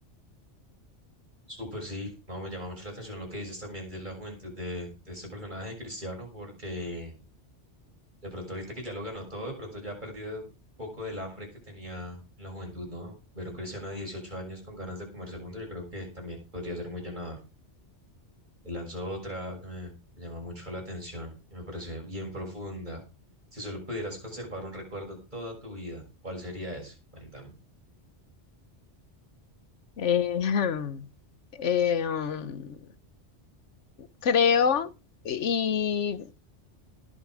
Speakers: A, on the right; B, on the left.
A: Súper, sí, no, me llama mucho la atención lo que dices también de la juventud de, de este personaje de Cristiano, porque De pronto ahorita que ya lo ganó todo, de pronto ya ha perdido un poco del hambre que tenía en la juventud, ¿no? Ver a un cristiano de 18 años con ganas de comerse el mundo, yo creo que también podría ser muy llenador. Le lanzó otra que me llama mucho la atención y me parece bien profunda. Si solo pudieras conservar un recuerdo toda tu vida, ¿cuál sería ese? Cuéntame.
B: Eh, <laughs> <clears throat> eh, um, creo, y